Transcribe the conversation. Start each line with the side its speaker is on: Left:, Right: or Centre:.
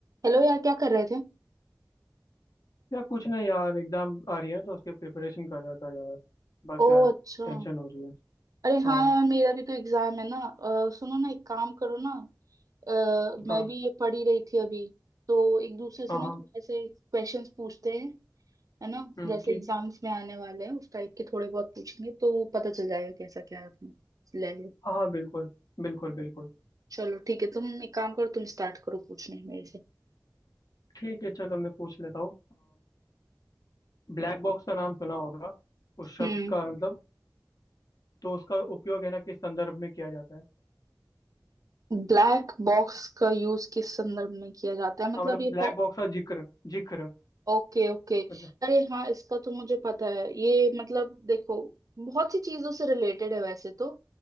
Right: Hello यार क्या कर रहे थे
Left: यार कुछ नहीं यार एग्जाम आ रही है तो उसके प्रिपरेशन कर रहा था यार बस
Right: ओ
Left: यार
Right: अच्छा
Left: टेंशन हो रही है
Right: अरे हाँ
Left: हाँ
Right: यार मेरा भी तो एग्जाम है ना अ, सुनो ना एक काम करो ना अ, मैं
Left: हाँ
Right: भी ये पढ़ ही रही थी अभी तो एक दूसरे से
Left: हाँ
Right: ना
Left: हाँ
Right: थोड़े ऐसे क्वेश्चंस पूछते हैं है ना
Left: हम्म
Right: जैसे
Left: ठीक
Right: एग्जाम्स में आने वाले हैं उस टाइप के थोड़े बहुत पूछेंगे तो पता चल जाएगा कैसा क्या है अपना लेवल
Left: हाँ हाँ बिल्कुल बिल्कुल बिल्कुल
Right: चलो ठीक है तुम एक काम करो तुम स्टार्ट करो पूछने मेरे से
Left: ठीक है चलो मैं पूछ लेता हूँ ब्लैक बॉक्स का नाम सुना होगा उस शब्द
Right: हम्म
Left: का मतलब तो उसका उपयोग है ना किस संदर्भ में किया जाता है
Right: ब्लैक बॉक्स का यूज किस संदर्भ में किया जाता है मतलब
Left: हाँ मतलब
Right: ये
Left: ब्लैक बॉक्स का जिक्र जिक्र
Right: Okay okay
Left: मतलब
Right: अरे हाँ इसका तो मुझे पता है ये मतलब देखो बहुत सी चीजों से रिलेटेड है वैसे तो